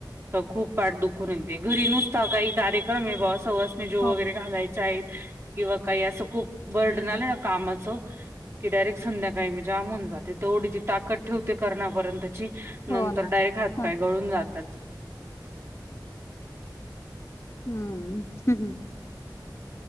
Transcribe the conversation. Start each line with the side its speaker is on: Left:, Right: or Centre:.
Right: तर खूप पाठ दुूखुन येते घरी नुस्ता काही कार्य तर मी ब्वा सवासनी जीवु
Left: हो
Right: वगैरे घालायच्याय किंवा काई असं खूप बर्डन आलं ना कामाचं की डायरेक्ट संध्याकाळी मी जाम होऊन जाते तेवढी जी ताद ठेवते करणापर्यंतची नंतर
Left: हो ना
Right: डायरेक्ट हातपाय
Left: हा
Right: गळून जातात.
Left: हम्म हं हुं.